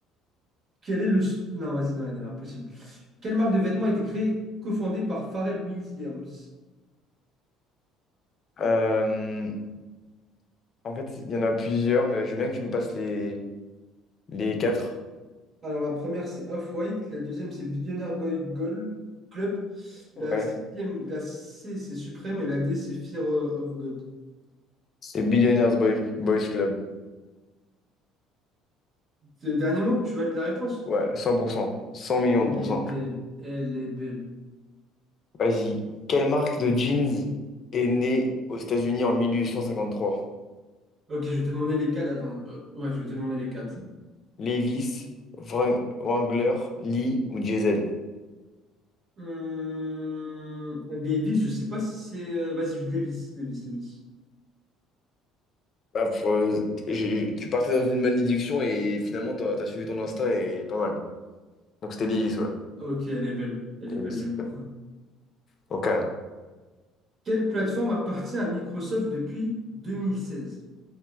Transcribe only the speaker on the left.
Euh, en fait, il y en a plusieurs, mais j'aime bien que tu me passes les, les quatre.
Ouais.
C'est Billionaires Boy- Boys Club.
Ouais, 100%, 100
millions de pourcents.
Vas-y. Quelle marque de jeans est née aux États-Unis en 1853?
Levi's, Wran- Wrangler, Lee ou Diesel?
Bah, faut- j'ai- tu partais dans une bonne déduction et finalement, t'as, t'as suivi ton instinct et pas mal. Donc, c'était Levi's, ouais.
Levi's.
Ok.